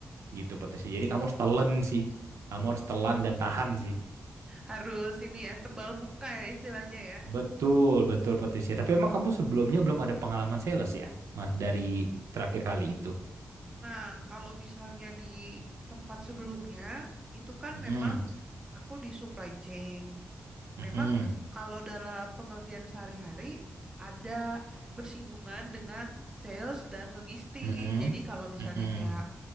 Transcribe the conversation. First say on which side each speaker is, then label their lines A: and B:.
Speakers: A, on the right; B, on the right.
A: gitu Patricia. Jadi kamu harus telan sih. Kamu harus telan dan tahan sih.
B: harus ini ya tebal muka ya istilahnya ya
A: Betul, betul Patricia. Tapi emang kamu sebelumnya belum ada pengalaman sales ya? Mas dari terakhir kali itu.
B: nah kalau misalnya di tempat sebelumnya itu kan
A: Mm-mm,
B: memang aku di supply chain
A: mm-mm,
B: Memang kalau dalam pengerjaan sehari-hari ada bersinggungan dengan sales dan logistik.
A: mm-mm,
B: Jadi kalau misalnya
A: mm-mm,
B: kayak